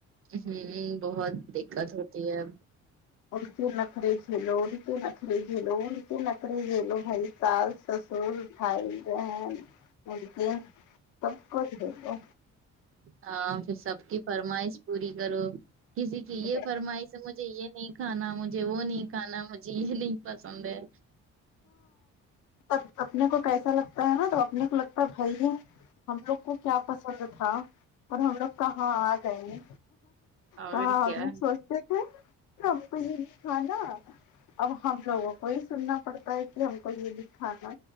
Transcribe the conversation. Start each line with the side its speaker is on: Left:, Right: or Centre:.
Right: ہوں بہت دقت ہوتی ہے
Left: ان کے نخرے جھیلوں ان کے نخرے جھیلوں ان کے نخرے جھیلوں بھائی ساس س سر بھائی بہن انکے سب کوچ ہوتے
Right: ہاں پھر سب کی فرمائش پوری کرو کسی کی
Left: ہاں
Right: یہ فرمائش ہے مجھ مجھے یہ نہیں کھانا مجھے وہ نہیں کھانا مجھے یہ نہیں پسند ہے
Left: ب اپنے کو کیسا لگتا ہے نا تو اپنے کو لگتا ہے بھائی ہم لوگ کو کیا پسند تھا اور ہم لوگ کہاں آ گئے ہیں
Right: اور
Left: کہاں
Right: کیا
Left: ہم لوگ سوچ تے ہمکو یہ نئی کھانا اب ہم لوگوں کو ہی سننا پڑتا <unintelligible> کہ ہم کویے بھی کھانا